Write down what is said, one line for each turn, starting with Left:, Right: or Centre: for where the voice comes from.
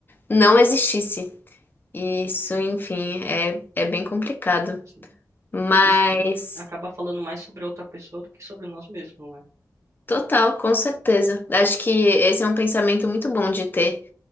Left: não existisse. E Isso, enfim, é, é bem complicado.
Right: Assim,
Left: Mas,
Right: Isso acaba falando mais sobre a outra pessoa do que sobre nós mesmos, não é?
Left: total, com certeza. Acho que esse é um pensamento muito bom de ter,